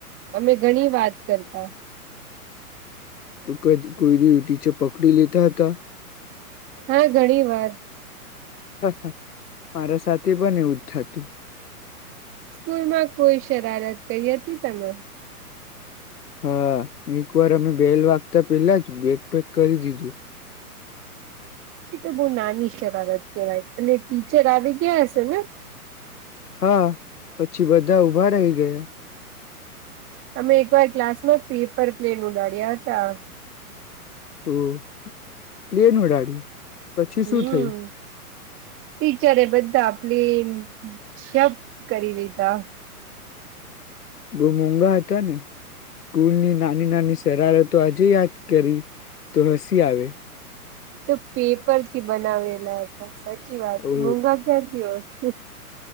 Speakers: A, on the right (about 25°); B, on the left (about 80°).
A: અમે ઘણી વાત કરતા
B: તો ક કોઈ દિવ ીચે પકડી લેતા હતા
A: હા ઘણી વાર
B: હ હ મારા સાથે બને એવું જ થતું
A: સ્કૂલમાં કોઈ શરારત કઈ હતી તમે
B: હા એક વાર અમે બેલ વાગતા પેલા જ બેગ પેગ કરી દીધું
A: એ તો બહુ નાની છે બાબત કહેવાય અને ટીચર આવી ગયા હ છે ને
B: હા પછી બધા ઉભા રહી ગયા
A: તમે એકવાર ક્લાસ માં પેપર પ્લેન ઉડાડ્યા હતા
B: હમ લેનડાડ્યું પછી
A: હમ્મ.
B: શું થયું
A: ટીચરે બધા આપલી શબ્દ કરી લીધા
B: બહ મોઘા હતા ને સ્કૂલ ની નાની નાની શેારત તો આજે યાદ કરી તો હસી આવે
A: તો પેપર થી બનાવેલા હતા સાચી વાત
B: ઓ
A: મોૂઘા ક્યાંથી હોય શ